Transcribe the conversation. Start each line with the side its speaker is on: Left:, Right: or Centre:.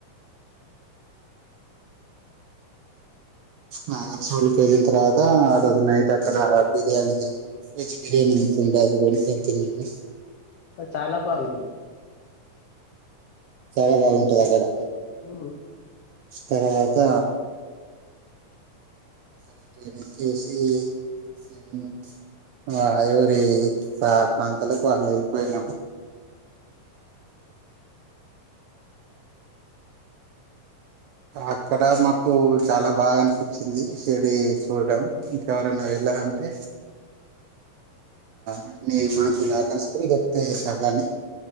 Right: నా సోలు క వెలింతర్ అద అడ నైట్ అక్క బిర్యానీి వెజ్ బిర్యానీి అంతతుం అది ఉంంత నేను
Left: అ చాలా బాగుంది
Right: చాలా బాగుంటది అక్కడ
Left: హ్మ్.
Right: తర్వాత తర్వాత ఎనక్కేసి మేము మా ఐవురి ప్ర ప్రాంతాలకు వాళ్ళు వెళ్ళిపోయినాము అక్కడ మాకు చాలా బాగా అనిపించింది చెడీ చూడడం ఇంకెవరైనా వెళ్ళాలంటే అన్ని మనకు లేక చూరు దొకుతా చలనే